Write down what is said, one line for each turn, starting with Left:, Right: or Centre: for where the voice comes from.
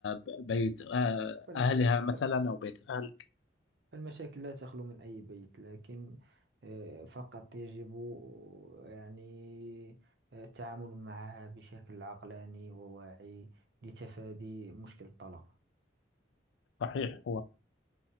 Left: ب- بيت آه،
Right: فال-
Left: أهلها مثلا
Right: فال-
Left: أو بيت أهلك
Right: فالمشاكل لا تخلو من أي بيت لكن آه، فقط يجب يعني آه، التعامل معها بشكل عقلاني وواعي لتفادي مشكل الطلاق
Left: صحيح